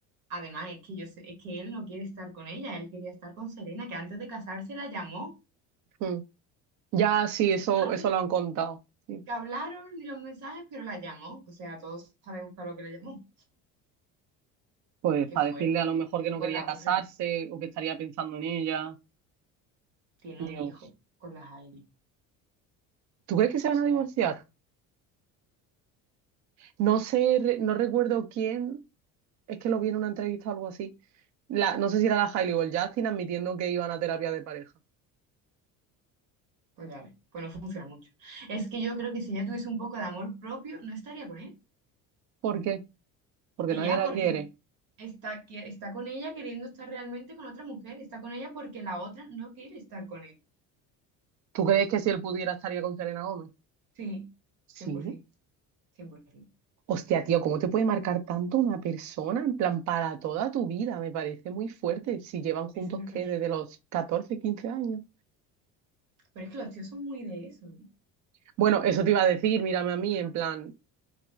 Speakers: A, on the right; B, on the right.
A: Además, es que yo sé, es que él no quiere estar con ella, él quería estar con Serena, que antes de casarse la llamó.
B: Mm. Ya, sí,
A: No se
B: eso,
A: sabe
B: eso lo han contado. sí.
A: que hablaron ni los mensajes, pero la llamó. O sea, todos sabemos para lo que la llamó.
B: Pues
A: Qué
B: para
A: fuerte,
B: decirle a
A: y
B: lo
A: tiene
B: mejor
A: un hijo
B: que no
A: con
B: quería
A: la
B: casarse
A: otra, ¿eh?
B: o que estaría pensando en ella.
A: Tiene
B: Dios.
A: un hijo con la Hailey.
B: ¿Tú crees que se van
A: O sea,
B: a divorciar? No sé, re- no recuerdo quién es que lo vi en una entrevista o algo así. La, no sé si era la Hailey o el Justin admitiendo que iban a terapia de pareja.
A: pues ya ves, pues no funciona mucho. Es que yo creo que si ella tuviese un poco de amor propio, no estaría con él.
B: ¿Por qué? Porque
A: Tía,
B: nadie la
A: porque
B: quiere.
A: está, qui- está con ella queriendo estar realmente con otra mujer, está con ella porque la otra no quiere estar con él.
B: ¿Tú crees que si él pudiera estaría con Selena Gómez?
A: Sí, cien
B: Sí,
A: cien por ciento, cien por 100%.
B: Hostia, tío, ¿cómo te puede marcar tanto una persona? En plan, para toda tu vida, me parece muy fuerte. Si llevan juntos,
A: Es súper
B: ¿qué? Desde los 14 15 años.
A: Pero es que los tíos son muy de eso. ¿eh?
B: Bueno, eso te iba a decir, mírame a mí, en plan,